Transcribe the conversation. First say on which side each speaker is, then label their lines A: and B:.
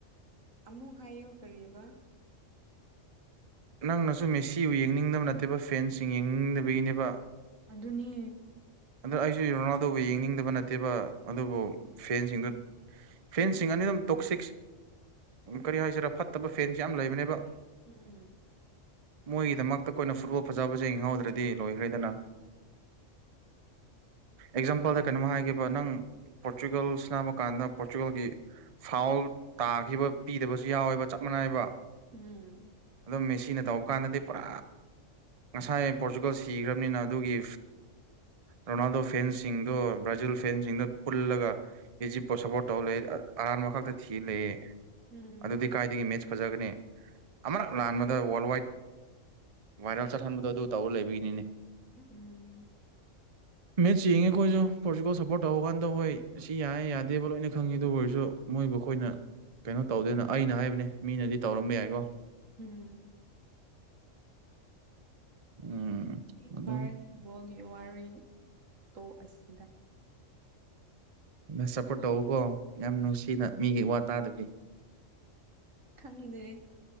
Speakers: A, on the right; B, on the right.
A: ꯑꯃꯨꯛ ꯍꯥꯏꯌꯨ ꯀꯔꯤꯕ
B: ꯅꯪꯅꯁꯨ ꯃꯦꯁꯤꯕꯨ ꯌꯦꯡꯅꯤꯡꯗꯕ ꯅꯠꯇꯦꯕ ꯐꯦꯟꯁꯤꯡ ꯌꯦꯡꯅꯤꯡꯗꯕꯒꯤꯅꯦꯕ
A: ꯑꯗꯨꯅꯤ
B: ꯑꯗꯨ ꯑꯩꯁꯨ ꯔꯣꯅꯥꯜꯗꯣꯕꯨ ꯌꯦꯡꯅꯤꯡꯗꯕ ꯅꯠꯇꯦꯕ ꯑꯗꯨꯕꯨ ꯐꯦꯟꯁꯤꯡꯗꯨ ꯐꯦꯟꯁꯤꯡ ꯑꯅꯤ ꯑꯗꯨꯝ ꯇꯣꯛꯁꯤꯛꯁ ꯀꯔꯤ ꯍꯥꯏꯁꯤꯔꯥ ꯐꯠꯇꯕ ꯐꯦꯟꯁ ꯌꯥꯝ ꯂꯩꯕꯅꯦꯕ
A: ꯎꯝ
B: ꯃꯣꯏꯒꯤꯗꯃꯛꯇ ꯑꯩꯈꯣꯏꯅ ꯐꯨꯠꯕꯣꯜ ꯐꯖꯕꯁꯦ ꯌꯦꯡꯍꯧꯗ꯭ꯔꯗꯤ ꯂꯣꯏꯈ꯭ꯔꯦꯗꯅ ꯑꯦꯛꯖꯥꯝꯄꯜꯗ ꯀꯩꯅꯣꯝ ꯍꯥꯏꯒꯦꯕ ꯅꯪ ꯄꯣꯔꯇꯨꯒꯜ ꯁꯥꯟꯅꯕ ꯀꯥꯟꯗ ꯄꯣꯔꯇꯨꯒꯜꯒꯤ ꯐꯥꯎꯜ ꯇꯥꯈꯤꯕ ꯄꯤꯗꯕꯁꯨ ꯌꯥꯎꯋꯦꯕ ꯆꯞ ꯃꯥꯟꯅꯥꯏꯕ
A: ꯎꯝ
B: ꯑꯗꯨꯝ ꯃꯦꯁꯤꯅ ꯇꯧꯕ ꯀꯥꯟꯗꯗꯤ ꯄꯨꯔꯥ ꯉꯁꯥꯏ ꯄꯣꯔꯇꯨꯒꯜ ꯁꯤꯈ꯭ꯔꯕꯅꯤꯅ ꯑꯗꯨꯒꯤ ꯔꯣꯅꯥꯜꯗꯣ ꯐꯦꯟꯁꯤꯡꯗꯣ ꯕ꯭ꯔꯥꯖꯤꯜ ꯐꯦꯟꯁꯤꯡꯗꯣ ꯄꯨꯜꯂꯒ ꯑꯦꯖꯤꯞꯄꯨ ꯁꯞꯄꯣꯔꯠ ꯇꯧ ꯂꯩ ꯑꯔꯥꯟꯕ ꯈꯛꯇ ꯊꯤ ꯂꯩꯌꯦ
A: ꯎꯝ
B: ꯑꯗꯨꯗꯤ ꯀꯥꯏꯗꯒꯤ ꯃꯦꯠꯆ ꯐꯖꯒꯅꯤ ꯑꯃꯔꯛ ꯂꯥꯟꯕꯗ ꯋꯥꯔꯜ ꯋꯥꯏꯗ ꯚꯥꯏꯔꯦꯜ ꯆꯠꯍꯟꯕꯗꯣ ꯑꯗꯨ ꯇꯧꯔ ꯂꯩꯕꯒꯤꯅꯤꯅꯦ
A: ꯎꯝ
B: ꯃꯦꯠꯁ ꯌꯦꯡꯉꯦ ꯑꯩꯈꯣꯏꯁꯨ ꯄꯣꯔꯇꯨꯒꯜ ꯁꯄꯣꯔꯠ ꯇꯧꯕ ꯀꯥꯟꯗ ꯍꯣꯏ ꯑꯁꯤ ꯌꯥꯏꯌꯦ ꯌꯥꯗꯦꯕ ꯂꯣꯏꯅ ꯈꯪꯉꯤ ꯑꯗꯨ ꯑꯣꯏꯔꯁꯨ ꯃꯣꯏꯕꯨ ꯑꯩꯈꯣꯏꯅ ꯀꯩꯅꯣ ꯇꯧꯗꯦꯅ ꯑꯩꯅ ꯍꯥꯏꯕꯅꯦ ꯃꯤꯅꯗꯤ ꯇꯧꯔꯝꯕ ꯌꯥꯏꯀꯣ
A: ꯎꯝ
B: ꯎꯝ ꯑꯗꯨꯝ
A: <unintelligible> ꯕꯣꯜꯒꯤ ꯋꯥꯔꯤ ꯇꯣꯛ ꯑꯁꯤꯗ
B: ꯃꯦꯁ ꯁꯞꯄꯣꯔꯠ ꯇꯧꯋꯣꯀꯣ ꯌꯥꯝ ꯅꯨꯡꯁꯤꯅ ꯃꯤꯒꯤ ꯋꯥ ꯇꯥꯗꯕꯤ
A: ꯈꯪꯗꯦ